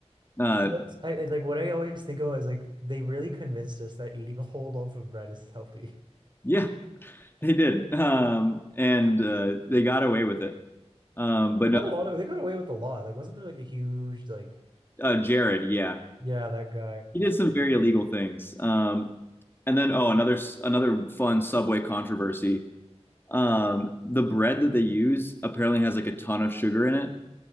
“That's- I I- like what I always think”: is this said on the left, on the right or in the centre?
Right